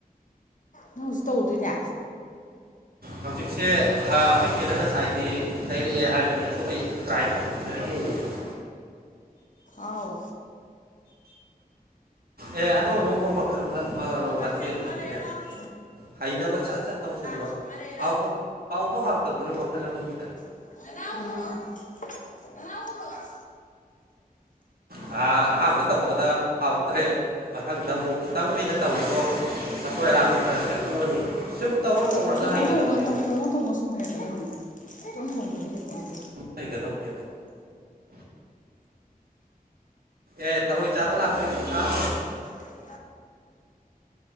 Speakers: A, on the left (about 55°); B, on the right (about 75°).
A: ꯅꯪ ꯍꯨꯖꯤꯛ ꯇꯧꯔꯨꯗꯨꯏꯅꯦ
B: ꯍꯧꯖꯤꯛꯁꯦ ꯑꯥ ꯑꯩꯈꯣꯏ ꯆꯦꯅ ꯉꯁꯥꯏꯗꯤ ꯂꯩꯔꯛꯑꯦ ꯍꯥꯏꯕꯅꯤ ꯑꯗꯣ ꯑꯩ ꯇ꯭ꯔꯥꯏ ꯇꯧꯁꯤꯟꯕꯤ <unintelligible>
A: ꯑꯥꯎ
B: ꯑꯦ ꯑꯅꯧ ꯑꯅꯧꯕ ꯃꯈꯜ
A: ꯂꯥꯛ
B: ꯃꯊꯦꯜꯁꯤꯗꯤꯅꯦ
A: ꯏꯆꯦ ꯃꯃꯥ ꯂꯩꯔ ꯂꯥꯛꯑꯣ
B: ꯍꯩꯅꯕ ꯁꯠ ꯁꯠ ꯇꯧꯁꯤꯟꯕ
A: ꯂꯥꯛ ꯃꯃꯥ ꯂꯩꯔ
B: ꯍꯥꯎꯕ ꯍꯥꯎꯕ ꯍꯥꯎꯇꯕꯗꯨꯅ ꯃꯈꯜ ꯑꯃꯅꯤꯗꯅ
A: <unintelligible> ꯅꯅꯥꯎ ꯄꯨꯔꯛꯑꯣ
B: ꯑꯥ ꯑꯍꯥꯟꯕ ꯇꯧꯕꯗ ꯍꯥꯎꯇ꯭ꯔꯦ ꯃꯊꯪꯗ ꯑꯃꯨꯛ ꯈꯤꯇꯪ ꯑꯩꯅ ꯇꯧꯔꯤꯗꯣ ꯅꯁꯣꯏ ꯑꯔꯥꯛꯇꯣ ꯈꯔ ꯁꯦꯡꯇꯣꯛꯑꯅꯤ ꯁꯨꯝ ꯇꯧꯔ ꯇꯧꯔꯒ
A: ꯑꯦ ꯊꯣꯡꯉ
B: ꯍꯩꯒꯗꯧꯅꯦ
A: ꯊꯣꯡꯉꯒꯪ ꯊꯣꯡꯉ ꯊꯣꯡꯉꯒ ꯁꯨꯝ ꯍꯥꯏꯔꯛꯗꯕꯅꯤ ꯏꯇꯣꯝ ꯊꯣꯡꯗ꯭ꯔꯗꯤ ꯍꯩ ꯄꯣꯟꯇꯦ
B: ꯂꯩꯒꯗꯧꯅꯦꯕ ꯑꯦ ꯊꯥꯔꯣꯏ ꯆꯥꯕ ꯂꯥꯛꯇꯣꯏꯅꯦ ꯈꯥꯛ
A: <unintelligible>